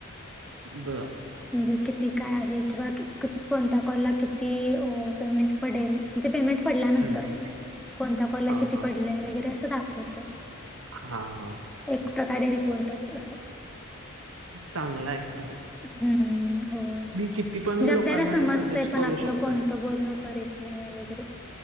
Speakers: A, on the right; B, in the centre.
A: बरं!
B: म्हणजे किती काय आहे किंवा कोणत्या कॉलला किती पेमेंट पडेल म्हणजे पेमेंट पडल्यानंतर
A: हम्म हम्म.
B: कोणत्या कॉलला
A: हा
B: किती
A: हा
B: पडलंय वगैरे असं दाखवत.
A: हा हा.
B: एक प्रकारे रिपोर्टच असं.
A: चांगला आहे खरं हे.
B: हम्म! होय म्हणजे
A: मी किती पण लोकांना
B: आपल्याला समजतय
A: हे सजेस्ट
B: पण
A: करू
B: आपलं
A: शकतोय
B: कोणतं बोलणं करेक्ट नाही आहे वगैरे.